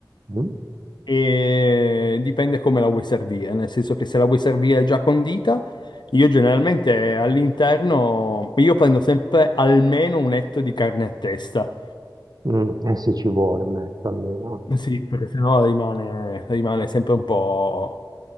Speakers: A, on the right; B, on the left.
A: Mm?
B: e dipende come la vuoi servire, nel senso che se la vuoi servire già condita, io generalmente all'interno, io prendo sempre almeno un etto di carne a testa,
A: Mm, eh sì, ci vuole un etto almeno.
B: Eh Sì, perché sennò rimane, rimane sempre un po'...